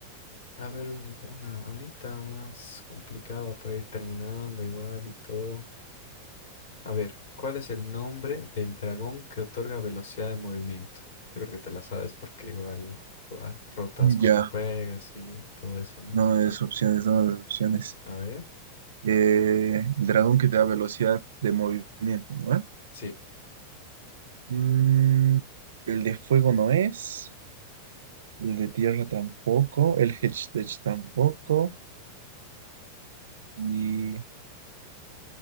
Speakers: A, on the left; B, on the right.
A: A ver, un- una, unita más complicada para ir terminando igual y todo. A ver, ¿cuál es el nombre del dragón que otorga velocidad de movimiento? Yo creo que te la sabes porque igual buah, rotas cuando
B: Ya,
A: juegas y todo eso, ¿no?
B: no me des opciones, no me des opciones.
A: A ver.
B: Eh, el dragón que te da velocidad de movimiento, ¿no? ¿Eh?
A: Sí,
B: Mm, el de fuego no es. El de tierra tampoco. El Hedgehog tampoco. Y